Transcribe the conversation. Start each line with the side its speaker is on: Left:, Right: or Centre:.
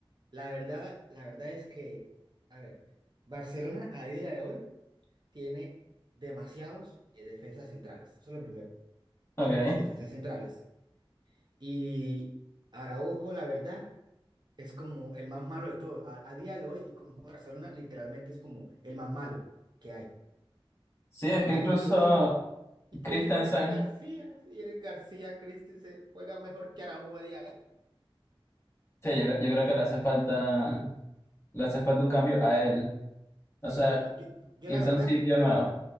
Right: La verdad, la verdad es que, a ver, Barcelona a día de hoy tiene demasiados eh, defensas centrales. Eso es lo primero.
Left: Ok.
Right: Tiene muchas defensas centrales. Y Araujo, la verdad, es como el más malo de todos. A, a día de hoy, y como juega Barcelona, literalmente es como el más malo que hay.
Left: Sí, es
Right: O
Left: que
Right: sea,
Left: incluso
Right: incluso Incluso
Left: Christensen,
Right: Eric García, sí, Eric García Christensen juega mejor que Araujo a diario.
Left: sí, yo, creo yo creo que le hace falta, le hace falta un cambio a él.
Right: Sí,
Left: O sea,
Right: yo, yo- yo
Left: irse
Right: la verdad,
Left: a un sitio nuevo.